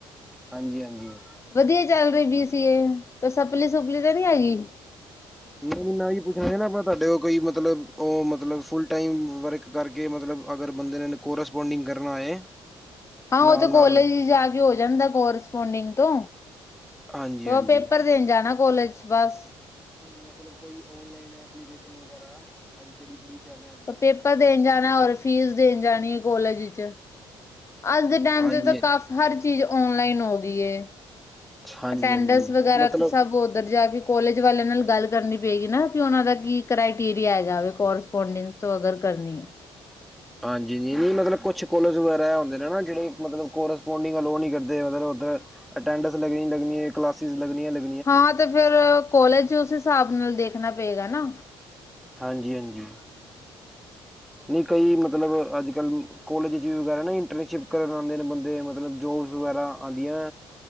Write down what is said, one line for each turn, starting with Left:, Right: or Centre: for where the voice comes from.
Centre: ਹਾਂਜੀ-ਹਾਂਜੀ।
Left: ਵਧੀਆ ਚੱਲ ਰਹੀ ਬੀ ਸੀ ਏ ਕੋਈ ਸਪਲੀ ਸੁਪਲੀ ਤਾਂ ਨੀ ਹੈਗੀ?
Centre: ਨਾ-ਨਾ ਜੀ ਮ ਪੁੱਛਣਾ ਸੀ ਨਾ ਤੁਹਾਡੇ ਉਹ ਕੋਈ ਮਤਲਬ ਉਹ ਮਤਲਬ ਫੁਲ ਟਾਈਮ ਵਰਕ। ਕਰਕੇ ਮਤਲਬ ਅਗਰ ਬੰਦੇ ਨੇ ਕੋਰਸਪੋਂਡਿੰਗ ਕਰਨਾ ਏ।
Left: ਹਾਂ ਉਹ
Centre: ਨਾਲ-ਨਾਲ
Left: ਤਾਂ ਕੋਲੇਜ ਜਾ ਕੇ ਹੋ ਜਾਂਦਾ ਕੋਰਸਪੋਂਡਿੰਗ ਤੋਂ।
Centre: ਹਾਂਜੀ,
Left: ਉਹ
Centre: ਹਾਂਜੀ।
Left: ਪੇਪਰ ਦੇਣ ਜਾਣਾ ਕੋਲੇਜ 'ਚ ਬਸ।
Centre: ਮਤਲਬ ਕੋਈ ਓਨਲਾਈਨ ਐਪਲੀਕੇਸ਼ਨ ਵਗੈਰਾ ਅੱਜ ਜਿਹੜੀ ਬੜੀ। ਚੱਲ ਰਹੀ ਅੱਜ-ਕੱਲ ਮਤਲਬ
Left: ਪੇਪਰ ਦੇਣ
Centre: ਸੋਸ਼ਲ।
Left: ਜਾਣਾ ਔਰ ਫੀਸ ਦੇਣ ਜਾਣੀ ਏ ਕੋਲਜ ਵਿਚ। ਅੱਜ ਦੇ ਟੈਮ
Centre: ਹਾਂਜੀ,
Left: ਤੇ ਤਾਂ ਕਾਫ ਹਰ ਚੀਜ਼ ਓਨਲਾਈਨ ਹੋਗੀ ਏ।
Centre: ਹਾਂਜੀ,
Left: ਅਟੈਨਡਸ
Centre: ਹਾਂਜੀ
Left: ਵਗੈਰਾ
Centre: ਮਤਲਬ
Left: ਤੇ ਸਭ ਉੱਧਰ ਜਾ ਕੇ। ਕੋਲੇਜ ਵਾਲਿਆਂ ਨਾਲ ਗੱਲ ਕਰਨੀ ਪਏਗੀ ਨਾ ਕਿ ਉਹਨਾਂ ਦਾ ਕੀ ਕਰ੍ਰਾਈਟੀਰੀਆ ਹੈਗਾ ਵੇ। ਕੋਰਸਪੋਂਡੈਂਸ ਤੋਂ ਅਗਰ ਕਰਨੀ ਏ।
Centre: ਹਾਂਜੀ ਜੀ ਨੀ ਮਤਲਬ ਕੁਛ ਕੋਲੇਜ ਵਗੈਰਾ ਆ ਹੁੰਦੇ ਨਾ ਜਿਹੜੇ ਮਤਲਬ ਕੋਰਸਪੋਂਡਿੰਗ ਅਲੋ ਨੀ ਕਰਦੇ ਮਤਲਵ ਉੱਧਰ। ਅਟੈਂਡੈਂਸ ਲੱਗਣੀ ਈ ਲੱਗਣੀ ਏ ਕਲਾਸਿਸ ਲੱਗਣੀਆਂ ਲਗ।
Left: ਹਾਂ ਤੇ ਫਿਰ ਕੋਲੇਜ ਉਸ ਹਿਸਾਬ ਨਾਲ ਦੇਖਣਾ ਪਏਗਾ ਨਾ।
Centre: ਹਾਂਜੀ-ਹਾਂਜੀ। ਨਈ ਕਈ ਮਤਲਬ ਅੱਜ-ਕੱਲ ਕੋਲੇਜ 'ਚ ਵਗੈਰਾ ਨਾ ਇੰਟਰਨਸ਼ਿਪ ਕਰਨ ਆਂਦੇ ਨੇ ਬੰਦੇ ਮਤਲਬ ਜੋਬਸ ਵਗੈਰਾ। ਆਂਦੀਆਂ